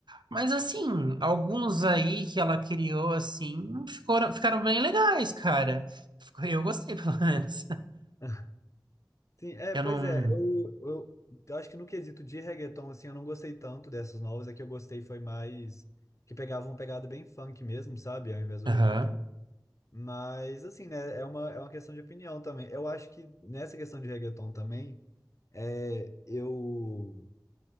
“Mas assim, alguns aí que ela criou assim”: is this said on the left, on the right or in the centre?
Right